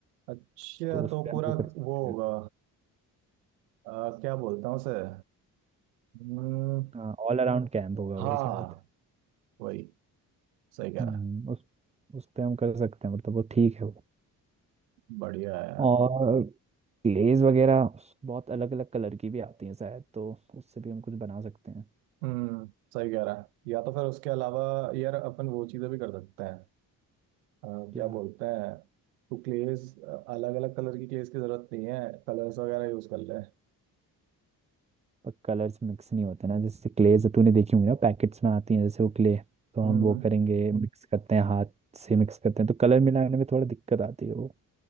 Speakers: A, on the right (about 85°); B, on the right (about 15°).
A: अच्छा
B: तो उस
A: तो
B: पे
A: पूरा
B: हम वो कर सकते
A: वो होगा
B: हैं
A: आ, क्या बोलता हूँ सर हम्म
B: हाँ, ऑल अराउंड कैंप होगा
A: हाँ
B: वो शायद
A: वही सही कह
B: हम्म,
A: रहा
B: उस उस पे हम कर सकते हैं मतलब वो ठीक है
A: है बढ़िया है यार
B: और क्लेज वगैरह बहुत अलग अलग कलर की भी आती हैं शायद तो उससे भी हम कुछ बना सकते हैं
A: हम्म सही कह रहा है या तो फिर उसके अलावा यार अपन वो चीजें भी कर सकते हैं अ,
B: क्या
A: क्या बोलते हैं तो क्लेस अलग अलग कलर की क्लेस की जरूरत नहीं है कलर्स वगैरह यूज कर ले
B: पर कलर्स मिक्स नहीं होते ना जैसे क्लेज तूने देखी होंगी ना पैकेट्स में आती हैं जैसे वो क्ले तो हम
A: हम्म
B: वो करेंगे मिक्स करते हैं हाथ से मिक्स करते हैं तो कलर मिलाने में थोड़ा दिक्कत आती है वो